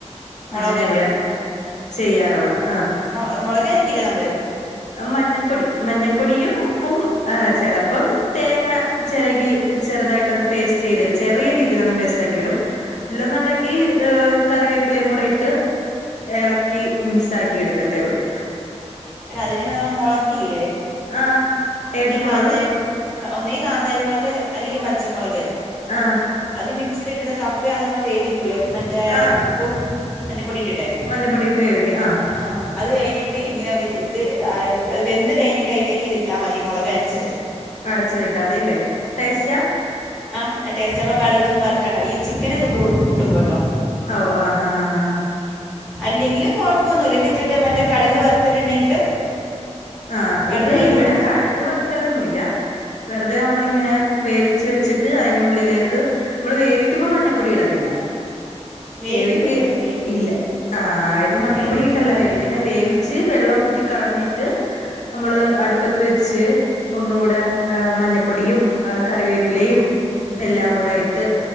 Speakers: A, in the centre; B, on the left.
A: മുളക്
B: അങ്ങനെ ഇവിടെ ചെയ്യാറുള്ള ആഹ്
A: മുള മുളകരിക്കില്ലേ നമ്മള്
B: മഞ്ഞപ്പൊടി മഞ്ഞപ്പൊടിയും ഉപ്പും ആഹ് ചെലപ്പം തേങ്ങ ചെരകി ചെറുതായിട്ടൊന്ന് പേസ്റ്റ് ചെയ്തിടും ചെറിയ രീതിലൊന്ന് പേസ്റ്റ് ആക്കിയിടും, ഇല്ലെന്നുണ്ടെങ്കിൽ ഏഹ് കറിവേപ്പിലേയും കൂടെ ഇട്ട് ഇളക്കി മിക്സ് ആക്കി എടുക്കത്തേ ഉള്ളു
A: എടാ അതിന്മുബ് നമ്മളെ മുളകില്ലേ
B: ആഹ് ഏത്
A: ഒന്നീ
B: മുളക്
A: കാന്തായ ഒന്നീ കാന്താരി മുളക് അല്ലെങ്കിൽ പച്ചമുളക്
B: ആഹ്
A: അത് മിക്സിൽ ഇട്ടിട്ട് കപ്പ ആദ്യയെ നമ്മള് വേവിക്കൂലേ മറ്റേ
B: ആഹ്
A: ഉപ്പും മഞ്ഞപ്പൊടി ഇട്ടിട്ട്
B: മഞ്ഞപ്പൊടിയിട്ട് വേവിക്കും
A: ആഹ് അത് കഴിഞ്ഞിട്ട് ഇങ്ങനെ ത് അത് വെന്ത് കഴിഞ്ഞിട്ട് അതിലേക്ക്തിട്ടാൽ മതി ഈ മുളക് അരച്ചത്
B: അരച്ചതിട്ടാൽമതി അല്ലേ ടേസ്റ്റാ
A: ആഹ് ടേസ്റ്റാ അപ്പൊ കടുകൊന്നും വറക്കണ്ട ഈ ചിക്കനൊക്കെ കൂട്ടുമ്പോട്ടോ
B: ഓഹ് ആഹ്ഹാഹാഹാ
A: അല്ലെങ്കിലും കൊഴപ്പോന്നുല്ല ഇതിട്ടിട്ട് മറ്റേ കടക് വറുത്തിട്ടുണ്ടെങ്കിലും
B: ആഹ്
A: കടുക്
B: ഇത്
A: വറക്കുമ്പോൾ
B: ഇവിടെ കടുക് വറുക്കലൊന്നുല്ല വെറുതെ നമ്മളിങ്ങനെ വേവിച്ച് വെച്ചിട്ട് അയ്നുള്ളിലേക്ക് നമ്മള് വേവിക്കുമ്പോ മഞ്ഞപ്പൊടി ഇടത്തില്ല
A: വേവിക്കുമ്പോഴല്ലേ
B: വേവിക്ക്
A: ഞങ്ങൾ വേവി
B: ഇല്ല ആ ഇത് മഞ്ഞപ്പൊടി
A: വേവിക്കുമ്പോഴും
B: ഇട്ടല്ല വേവി.. ക്ക്ന്ന. വേവിച്ച് വെള്ള ഊറ്റി കളഞ്ഞിട്... ട്ട് നമ്മള് അടുപ്പത്ത്‌ വെച്ച് ഒന്നൂടെ ഏഹ് മഞ്ഞ... പ്പൊടിയും ഏഹ് കറിവേപ്പിലയും എല്ലാം
A: ഉം,
B: കൂടെ ഇ.. ട്ട്